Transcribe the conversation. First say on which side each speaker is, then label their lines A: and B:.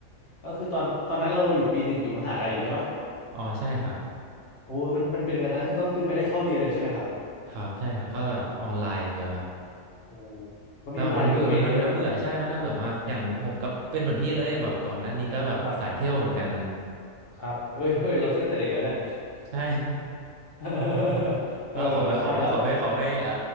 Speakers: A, on the left (about 60°); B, on the right (about 75°).
A: ก็คือตอนตอนนั้นเราอยู่ปีหนึ่งอยู่มหาลัยอยู่ใช่ปะ
B: อ๋อใช่ครับ
A: โอ้มันมันเป็นยังไงตอนนั้นคือก็คือไม่ได้เข้าเรียนเลยใช่ไหมครับ
B: ครับใช่ครับก็แบบออนไลน์อย่างเดียวครับ
A: โอ้ก็มีเวลาอยู่กับตัวเองเยอะ
B: แล้วแบบมันเบื่อมันมันน่าเบื่อใช่มันน่าเบื่อมากอย่างผมก็เป็นเหมือนพี่เลยแบบก่อนหน้านี้ก็แบบสายเที่ยวเหมือนกัน
A: ครับครับเฮ้ยเฮ้ยเราเที่ยวตั้งแต่เด็กแล้วเนี่ย
B: <laughs> ใช่
A: <laughs>
B: เออขอไปขอไปขอไปขอไปเอ่อ
A: เออใช่แล้วแบบ